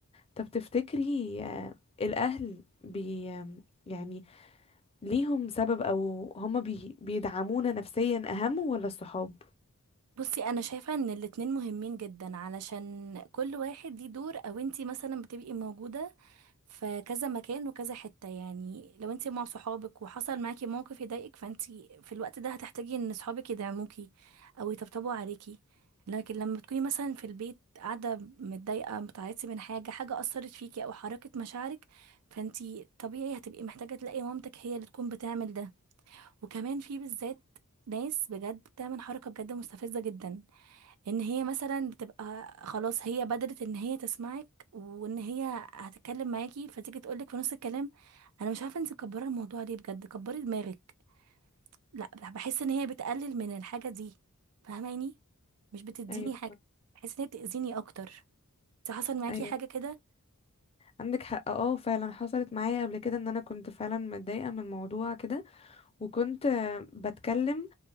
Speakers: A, on the left; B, on the right.
A: طب تفتكري آه، الاهل بي آم، يعني ليهم سبب او هما بي بيدعمونا نفسيا اهم ولا الصحاب
B: بصي انا شايفة ان الاتنين مهمين جدا علشان كل واحد ليه دور او انتي مثلا بتبقي موجودة في كذا مكان وكذا حتة يعني لو انتي مع صحابك وحصل معاكي موقف يضايقك فانتي في الوقت ده هتحتاجي ان صحابك يدعموكي او يطبطبوا عليكي لكن لما تكوني مثلا في البيت قاعدة متضايقة بتعيطي من حاجة حاجة أثرت فيكي أو حركت مشاعرك فانتي طبيعي هتبقي محتاجة تلاقي مامتك هي اللي تكون بتعمل ده وكمان في بالذات ناس بجد بتعمل حركة بجد مستفزة جدا ان هي مثلا بتبقى خلاص هي بدرت ان هي تسمعك وان هي هتتكلم معاكي فتيجي تقولك في نص الكلام انا مش عارفه انت مكبره الموضوع ليه بجد كبري دماغك لا بحس ان هي بتقلل من الحاجه دي فاهماني مش بتديني
A: ايوه
B: حاجه بحس ان هي بتاذيني اكتر انت حصل معاكي
A: ايوه
B: حاجه كده
A: عندك حق اه فعلا حصلت معايا قبل كده ان انا كنت فعلا متضايقه من موضوع كده وكنت آه، بتكلم